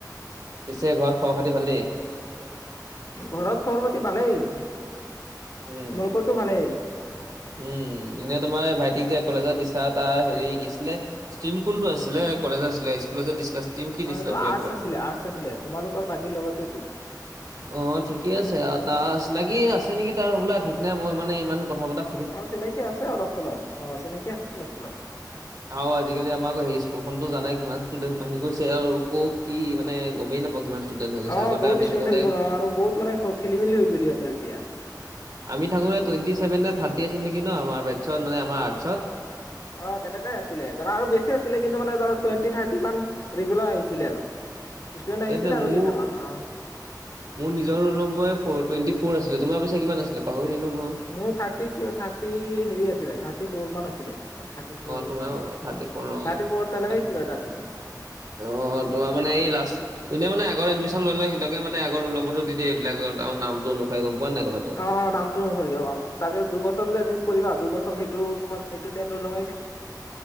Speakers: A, on the right; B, on the left.
A: পিছে ঘৰত খবৰ-খাতি ভালেই?
B: ঘৰত খবৰ-পাতি ভালেই, তোমালোকৰটো
A: উম,
B: ভালেই?
A: উম, এনে তোমাৰ ভাইটিক যে কলেজত দিছা, তাৰ হেৰি কি আছিলে ষ্টিম কোনটো আছিলে? কলেজ আছিলে <unintelligible> দিছিলে ষ্ট্ৰীম? কি
B: অ',
A: দিছিলা
B: এইটো
A: টুৱেলভত?
B: আৰ্টছ আছিলে, আৰ্টছ আছিলে, তোমালোকৰ ভাইটিৰ লগতেটো।
A: অ' ঠিকে আছে আৰু তাৰ চিনাকি আছে নেকি তাৰ হ'বলা ঠিক নাই, মই মানে ইমান কথা পতা
B: অ' চিনাকি আছে অলপ চলপ অ' চিনাকি আছে অলপ চলপ।
A: আৰু আজিকালি আমাক সেই স্কুলখনতো জানাই কিমান ষ্টুডেণ্ট বাহি গৈছে আৰু কৰ কি মানে গমেই নাপাও কিমান ষ্টুডেন্ট হৈ গৈছে
B: অ'
A: আগতে
B: বহুত
A: আমি
B: ষ্টুডেন্ট
A: থাকোতে
B: হৈ গ'ল অ' আৰু বহুত মানে খেলি মেলি হৈ গ'ল সিহতঁৰ এতিয়া।
A: আমি থাকোঁতে টুৱেণ্টি চভেনে নে থাৰ্টি আছিল নেকি ন? আমাৰ বেটছত মানে আমাৰ আৰ্টছত।
B: অ' তেনেকুৱাই আছিলে ধৰা আৰু বেছি আছিলে কিন্তু মানে ধৰা টুৱেণ্টি থাৰ্টি মান ৰেগুলাৰ আহিছিলে আৰু। ষ্টুডেন্ট আহিছিলে
A: এইটোৱে
B: আৰু
A: মোৰ
B: কেইটামান অ।
A: মোৰ নিজৰ ৰোলম্বৱে ফৌৰ টুৱেণ্ট ফৌৰ আছিলে। তোমাৰ পিছে কিমান আছিলে পাহৰি থাকিলোঁ নহয়।
B: মোৰ থাৰ্টি ক, থাৰ্টি হেৰি আছিলে থাৰ্টি ফৌৰ মান আছিলে। থাৰ্টি ফৌৰ
A: তোমাৰ
B: অ,
A: থাৰ্টি ফ'ৰ অ
B: থাৰ্টি ফৌৰ তেনেকাই কিবা এটা আছিলে।
A: অ' তোমাৰ মানে এই লাষ্ট তুমি মানে আগত এডমিচন
B: অ
A: লৈ লৈ সিহঁতক মানে আগৰ ৰোলনম্বৰ দি দিয়া এইবিলাকৰ আৰু নামটো অনুসাৰে গম পোৱা নাই কথাটো।
B: অ' নামটো অনুসৰি অ, তাৰে দুবছৰ যে তুমি পৰিবা দুবছৰ সেইটো তোমাৰ সেইটো চেম ৰোল লঙেই থাকিব।